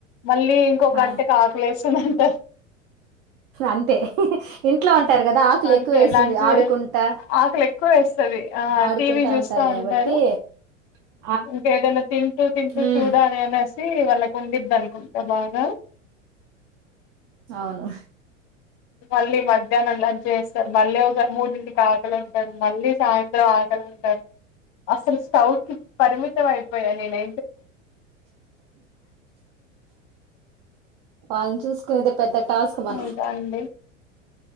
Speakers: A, on the left; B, on the right.
A: మళ్ళీ ఇంకొక
B: ఆ
A: గంటకి ఆకలేస్త సన్నాంత
B: అంతే ఇంట్లో ఉంటారు కదా ఆకులు
A: అంతే
B: ఎక్కువ వేస్తుంది
A: లంచ్
B: ఆడుకుంటా
A: ఆకలి ఎక్కువ వేస్తుంది ఆ
B: ఆడుకుంటా
A: టీవ చూస్తా ఉంటారు
B: కాబట్టి ఆ
A: ఇంకేదైనా తింటూ తింటూ
B: మ్మ్
A: చూడాలి అనే వ వాళ్ళ కు వంద్ద అనుకుంటా బాగా
B: అవును
A: మళ్ళీ మధ్యాహ్నం లంచ్ చేస్తారు మళ్ళీ ఒక మూడింటి కాకలు ఉంటారు మళ్ళీ సాయంత్రం ఆగలింటారు అసలు స్టౌ కి పరిమితం అయిపోయా నేను
B: వాళ్ళని చూసుకునే పెద్ద టాస్క్ బ
A: ఇంకా అండి